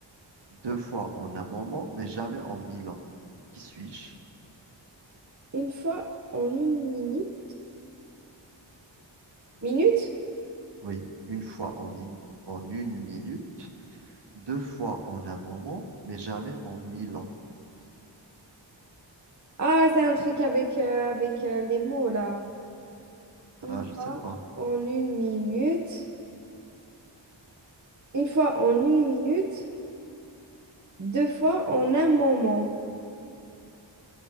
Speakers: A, on the right; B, on the right.
A: deux fois en un moment, mais jamais en mille ans. Qui suis-je?
B: une fois en une minute. Minute?
A: Oui, une fois en une, en une minute, deux fois en un moment, mais jamais en mille ans.
B: Ah, c'est un truc avec, euh, avec euh, les mots, là. Une
A: Ah,
B: fois
A: je sais pas.
B: en une minute. Une fois en une minute. Deux fois en un moment.